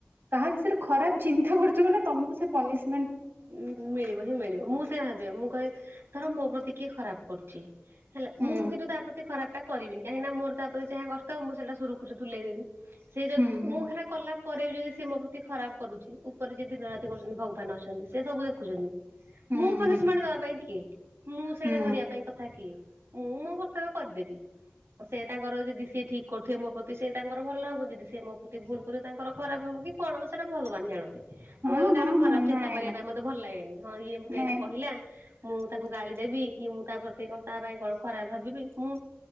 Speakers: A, on the right; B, on the right.
A: କାହା ବିଷୟରେ ଖରାପ ଚିନ୍ତା କରୁଛମାନ ତମକୁ ସେ ପନିସ
B: ଉଁ ମିଳିବ ହିଁ ମିଳିବ ମୁଁ ସେ ଭାବେ ମୁଁ କହେ ଧର ମୋ ପ୍ରତି କିଏ ଖରାପ କରୁଛି ହେଲା
A: ହୁଁ
B: ମୁଁ କିନ୍ତୁ ତା ପ୍ରତି ଖରାପ ଟା କରିବିନି, କାହିଁକିନା ମୋର ତାପ ପ୍ରତି ଯହା କର୍ତ୍ତଵ୍ୟ ମୁଁ ସେଟା ସୁରୁଖରୁ ତୁଲେଇ ଦେବି । ସେ ଯ
A: ହୁଁ ହୁଁ
B: ମୁଁ ସେଟ କଲା ପରେ ବି ଯଦି ସେ ମୋ ପ୍ରତି ଖରାପ କରୁଛି, ଉପରେ ଯ ଦିନ ରାତି କରୁଛନ୍ତି ଭଗବାନ ଅଛନ୍ତି । ସେ ସବୁ ଦେଖୁଛନ୍ତି
A: ହୁଁ
B: ମୁଁ ପନିଶମେଣ୍ଟ
A: ହୁଁ
B: ଦବା ପାଇଁ କିଏ ମୁଁ ସେଇଟା
A: ହୁଁ
B: ଧରିବା ପାଇଁ କଥା କିଏ । ମୁଁ ମୋ କର୍ତ୍ତବ୍ୟ କରିଦେବି ସେ ତାଙ୍କର ଯଦି ସିଏ ଠିକ୍ କରୁଥିବ ମୋ ପ୍ରତି ସେ ତାଙ୍କର ଭଲ ନ ହବ ଯଦି ସିଏ ମୋ ପ୍ରତି ଭୁଲ କରୁଥିବେ ତାଙ୍କର ଖରାପ ହବ । ଆ କି କଣ ହବ ସେଟା ଭଗବାନ ଜାଣନ୍ତି । ମୁଁ
A: ହଁ
B: କ ଏବେ କାହାର
A: ହଁ ହଁ
B: ଖରାପ ଚିନ୍ତା
A: ନାଇଁ
B: କରିବା
A: ନାଇଁ
B: ପାଇଁ ମତେ ଭଲ ଲାଗେନି ହଁ ଇଏ ମତେ
A: ନାଇଁ
B: ଏଇଟା କହିଲା ମୁଁ ତାକୁ ଗାଳି ଦେବି କି ମୁଁ ତା ପ୍ରତି ତା ପାଇଁ କଣ ଖରାପ ଭାବିବି ମୁଁ